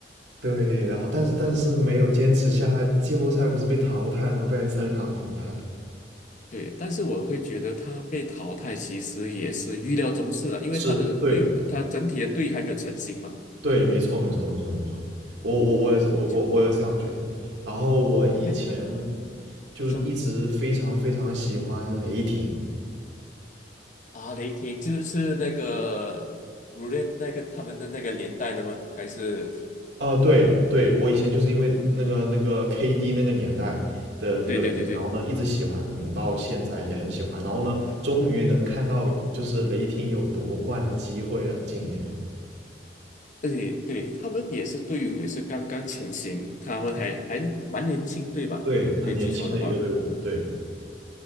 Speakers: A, on the right; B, on the left.
A: 对，然后但是但是没有坚持下来，季后赛不是被淘汰了吗？被森林狼淘汰了。
B: 对，但是我会觉得他被淘汰其实也是预料中事了，因为他的队，
A: 是，对
B: 他整体的队还没有成型嘛。
A: 对，没错没错没错没错，我我我也是我我我也是这样觉得。
B: 嗯，就
A: 然后我以前
B: 因为他，
A: 就是一直非常非常喜欢雷霆，
B: 你说。啊，雷霆就是那个 r u 那个他们的那个年代的吗？还是？
A: 啊、对对，我以前就是因为那个那个 KD 那个年代的那个雷霆，
B: 对对对对，
A: 然后呢一直喜欢到现在也很喜欢，然后呢终于能看到就是雷霆有夺冠的机会了，今年。
B: 而且对他们也是队伍也是刚刚成型，他们还还蛮年轻，对吧？
A: 对，很年轻的一个队伍，
B: 没有记错的话，
A: 对。